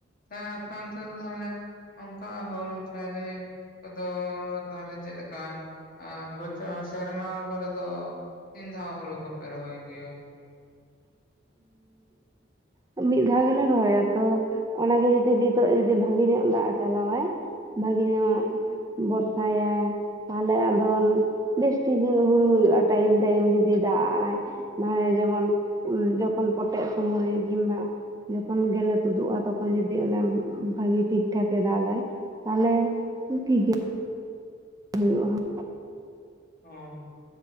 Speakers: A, on the left (about 45°); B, on the right (about 20°).
A: ᱦᱮᱸ ᱟᱯᱮ ᱚᱱᱛᱮ ᱫᱚ ᱛᱟᱦᱞᱮ ᱚᱱᱠᱟ ᱦᱩᱲᱩ ᱪᱟᱣᱞᱮ ᱠᱚᱫᱚ ᱛᱟᱦᱚᱞᱮ ᱪᱮᱫ ᱞᱮᱠᱟ? ᱟᱨ ᱵᱚᱪᱷᱚᱨ ᱥᱮᱨᱢᱟ ᱠᱚᱨᱮ ᱫᱚ ᱛᱤᱱ ᱫᱷᱟᱣ ᱦᱩᱲᱩ ᱠᱚᱯᱮ ᱨᱚᱦᱚᱭ ᱜᱮᱭᱟ?
B: ᱩᱸᱜ ᱢᱤᱫ ᱫᱷᱟᱣ ᱜᱮᱞᱮ ᱨᱚᱦᱚᱭᱟ ᱛᱚ᱾ ᱚᱱᱟᱜᱮ ᱡᱩᱫᱤ ᱱᱤᱛᱚᱜ ᱡᱩᱫᱤ ᱵᱷᱟᱜᱤ ᱧᱚᱜ ᱫᱟᱜ ᱮ ᱪᱟᱞᱟᱣᱟᱭ, ᱵᱷᱟᱹᱜᱤ ᱧᱚᱜ ᱵᱚᱨᱥᱟᱭᱟᱭ ᱛᱟᱦᱮᱞᱮ ᱟᱫᱚ ᱵᱮᱥ ᱴᱷᱤᱠ ᱦᱩᱲᱩ ᱦᱩᱭᱩᱜᱼᱟ, ᱴᱟᱭᱤᱢ ᱴᱟᱭᱤᱢ ᱡᱩᱫᱤ ᱫᱟᱜᱼ ᱟᱭ᱾ ᱱᱟᱸᱦᱟ ᱡᱮᱢᱚᱱ ᱡᱚᱠᱷᱚᱱ ᱯᱚᱴᱮ ᱥᱚᱢᱚᱭ ᱡᱤᱢᱟ ᱡᱚᱠᱷᱚᱱ ᱜᱮᱞᱮ ᱛᱩᱫᱩᱜᱼᱟ ᱛᱚᱠᱷᱚᱱ ᱡᱚᱫᱤ ᱚᱱᱟ ᱵᱷᱟᱜᱤ ᱴᱷᱤᱠ ᱴᱷᱟᱠᱮ ᱫᱟᱜᱟᱭ᱾ ᱛᱟᱦᱮᱞᱮ ᱴᱷᱤᱠ ᱜᱮ ᱦᱩᱭᱩᱜᱼᱟ᱾
A: ᱚᱸ,